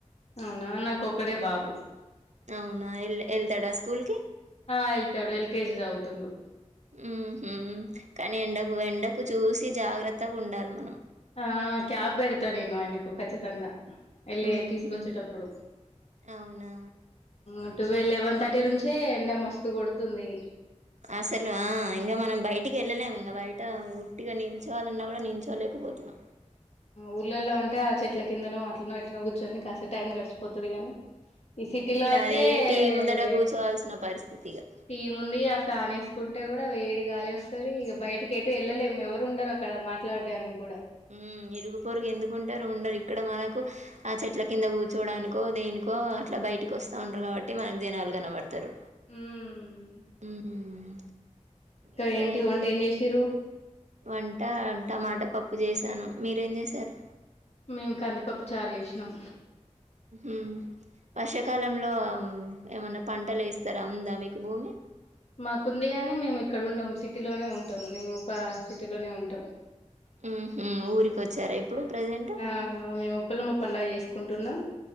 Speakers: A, on the left; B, on the right.
A: అవునా నాకొక్కడే బాబు
B: అవునా ఎల్ ఎళ్తాడా స్కూల్ కి
A: ఆ ఎల్తాడు ఎల్కెజి జదువుతుండు
B: ఉహు కానీ ఎండకు ఎండకు జూసి జాగ్రత్తగా ఉండాలి మనం
A: ఆ క్యాబ్ పెడతా నేను ఆయనకు ఖచ్చితంగా వెళ్ళే
B: ఉహు
A: తీసుకొచ్చేటప్పుడు
B: అవునా
A: ఉమ్ టు లెవెన్ థర్టీ నుంచే ఎండ మస్తు కొడుతుంది.
B: అసలు ఆ ఇంగ మనం బయటికి వెళ్లేలేం ఇంగా బయట ఆ ఉట్టిగా నిల్చోవాలన్నా గూడా నిల్చోలేకపోతున్నా.
A: ఊర్లల్లో అంటే ఆ చెట్ల కిందనో అట్లనో ఎట్నో కూర్చొని కాస్త టైం గడిచిపోతది గాని ఈ సిటీలో అయితే
B: అదే టీవీ ముందట
A: అదే
B: కూర్చోవాల్సిన పరిస్థితి ఇగ
A: టీం ఉంది ఆ ఫ్యాన్ సూకుంటే కూడా వేడి గాలి వస్తది. బయటకి ఏటు వెళ్ళలేము. ఎవరు ఉండరు అక్కడ. మాట్లాడడానికి కూడా
B: ఉమ్ ఇరుగు పొరుగు ఎందుకుంటారు ఉండది ఇక్కడ మనకు ఆ చెట్ల కింద కూర్చోడానికో దేనికో అట్లా బయటికి వస్తా ఉంటారు కాబట్టి మనకు జనలు గనపడతరు
A: ఉమ్
B: ఉమ్ ఇంకా
A: ఏంటి
B: ఏం
A: వంట చేసిర్రు
B: వంట టమాటా పప్పు చేశాను మీరేం చేశారు.
A: మేము కందిపప్పు చార్ చేసినం
B: ఊ వర్షాకాలం లో ఏమన్నా పంటలు వేస్తారా ఉందా మీకు భూమి
A: మాకుంది కానీ మేము ఇక్కడ ఉండం సిటీలోనే ఉంటాం మేము పా సిటీలోనే ఉంటాం
B: మ్ హు ఊరికోచ్చారా ఇప్పుడు ప్రజెంట్
A: ఆ మేము ఉప్పలమ్మ పండుగ చేసుకుంటున్నా